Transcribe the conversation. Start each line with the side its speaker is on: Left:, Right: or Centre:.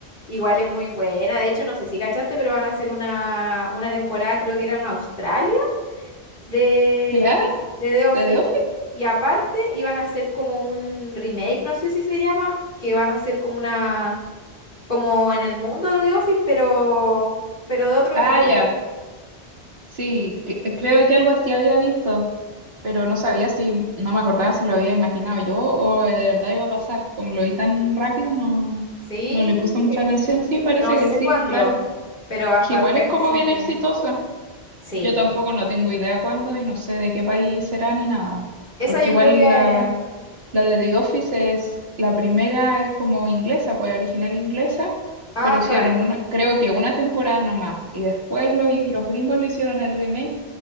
Left: igual es muy buena. De hecho, no sé si cachaste, pero van a hacer una, una temporada, creo que era en Australia de,
Right: <laughs> ¿Ya?
Left: de The Office.
Right: ¿De The Office?
Left: Y aparte iban a hacer como un remake, no sé si se llama, que van a hacer como una, como en el mundo de The Office, pero, pero de otro
Right: Ah,
Left: tipo.
Right: ya. Sí, que- eh, creo que algo así había visto, pero no sabía si, no me acordaba si lo había imaginado yo o de verdad iba a pasar. Como lo vi tan rápido, no,
Left: Sí,
Right: no le puse mucha atención. Sí, parece
Left: no sé
Right: que sí,
Left: cuándo,
Right: claro.
Left: pero va a
Right: Que
Left: estar
Right: igual
Left: bueno,
Right: es como
Left: así
Right: bien
Left: que
Right: exitosa.
Left: sí.
Right: Yo tampoco no tengo idea cuándo y no sé de qué país será ni nada.
Left: Esa
Right: Porque
Left: yo
Right: igual
Left: creo que...
Right: la, La de The Office es, la primera es como inglesa, pues original inglesa,
Left: Ah,
Right: pero hicieron
Left: claro.
Right: una, creo que una temporada nomás. Y después los, los gringos le hicieron el remake,